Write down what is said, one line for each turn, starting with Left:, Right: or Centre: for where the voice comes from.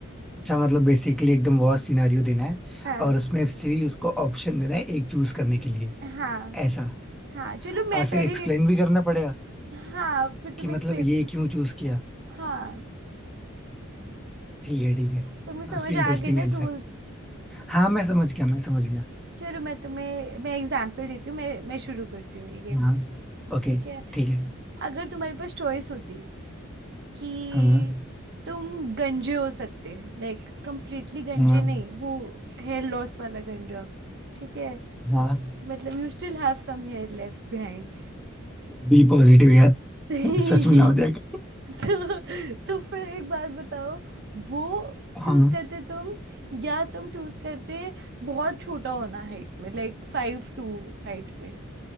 Centre: अच्छा मतलब बेसिकली एकदम वॉर सिनेरियो देना है
Right: हाँ
Centre: और उसमें से भी उसको ऑप्शन देना है एक चूज करने के लिए
Right: हाँ
Centre: ऐसा
Right: हाँ चलो मैं
Centre: और फिर
Right: पहले
Centre: एक्सप्लेन भी करना पड़ेगा
Right: हाँ फिर तुम्हें
Centre: कि मतलब
Right: एक्सप्लेन
Centre: ये क्यों चूज किया
Right: हाँ
Centre: ठीक है ठीक है
Right: तुम्हें
Centre: काफी
Right: समझ
Centre: इंटरेस्टिंग
Right: आ गए
Centre: है
Right: ना
Centre: इनफैक्ट
Right: रूल्स
Centre: हाँ मैं समझ गया मैं समझ गया
Right: चलो मैं तुम्हें मैं एग्जांपल देती हूँ मैं मैं शुरू करती हूँ ये गेम
Centre: हाँ ओके
Right: ठीक है
Centre: ठीक है
Right: अगर तुम्हारे पास चॉइस होती कि
Centre: हाँ
Right: तुम गंजे हो सकते लाइक कंप्लीटली गंजे
Centre: हाँ
Right: नहीं वो हेयर लॉस वाला गंजा ठीक है
Centre: हाँ
Right: कि मतलब you still have some hair left behind
Centre: बी पॉजिटिव यार
Right: <laughs>
Centre: सच में ना हो जाएगा
Right: तो तो फिर एक बात बताओ वो चूज
Centre: हम
Right: करते तुम या तुम चूज करते बहुत छोटा होना हाइट में लाइक फाइव टू हाइट में?